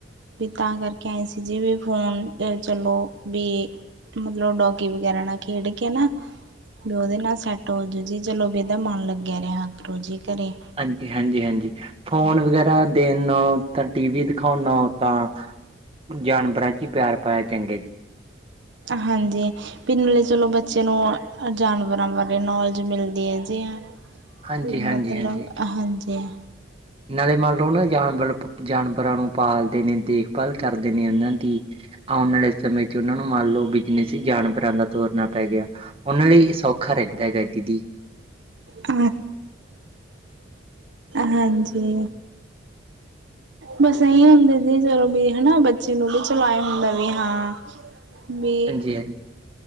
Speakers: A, on the right; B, on the right.
A: ਵੀ ਤਾਂ ਕਰਕੇ ਐਂ ਸੀ ਜਿਵੇਂ। ਫੋਨ ਚਲੋ ਵੀ ਮਤਲਬ, ਡੋਗੀ ਵਗੈਰਾ ਨਾਲ ਖੇਡ ਕੇ ਨਾ। ਵੀ ਉਹਦੇ ਨਾਲ ਸੈੱਟ ਹੋਜੂ ਜੀ, ਚਲੋ ਵੀ ਇਹਦਾ ਮਨ ਲੱਗਿਆ ਰਿਹਾ ਕਰੂ ਜੀ ਘਰੇ।
B: ਹਾਂਜੀ -ਹਾਂਜੀ- ਹਾਂਜੀ। ਫੋਨ ਵਗੈਰਾ ਦੇਣ ਨਾਲੋਂ, ਤਾਂ ਟੀ ਵੀ ਦਿਖਾਣ ਨਾਲੋ ਤਾਂ। ਜਾਨਵਰਾਂ ਚ ਹੀ ਪਿਆਰ ਪਾਇਆ ਚੰਗੇ।
A: ਹਾਂਜੀ। ਪਿੰਨਲੇ ਚਲੋ ਬੱਚੇ ਨੂੰ ਜਾਨਵਰਾਂ ਬਾਰੇ, ਨੌਲੇਜ ਮਿਲਦੀ ਹੈ ਜੀ।
B: ਹਾਂਜੀ-ਹਾਂਜੀ-ਹਾਂਜੀ।
A: ਵੀ ਮਤਲਬ ਹਾਂਜੀੇ।
B: ਨਾਲੇ ਮਲ ਰ ਉਹਨਾਂ ਜਾਨਵਰ- ਜਾਨਵਰਾਂ ਨੂੰ ਪਾਲਦੇ, ਨੇ ਦੇਖਭਾਲ ਕਰਦੇ ਨੇ ਉਹਨਾਂ ਦੀ। ਆਉਣ ਵਾਲੇ ਸਮੇਂ ਉਹਨਾਂ ਨੂੰ ਮੰਨ ਲਓ, ਬਿਜਨਸੀ ਜਾਨਵਰਾਂ ਦਾ ਤੋਰਨਾ ਪੈ ਗਿਆ। ਉਹਨਾਂ ਲਈ ਸੌਖਾ ਰਹਿੰਦਾ ਹੈਗਾ ਦੀਦੀ।
A: ਅ। ਹਾਂਜੀ। ਬਸ ਇਹੀ ਹੁੰਦੇ ਸੀ, ਚਲੋ ਵੀ ਹਨਾ ਬੱਚੇ ਨੂੰ ਵੀ ਚਲਾਇਆ ਹੁੰਦਾ ਵੀ ਹਾਂ। ਵੀ
B: ਹਾਂਜੀ- ਹਾਂਜੀ।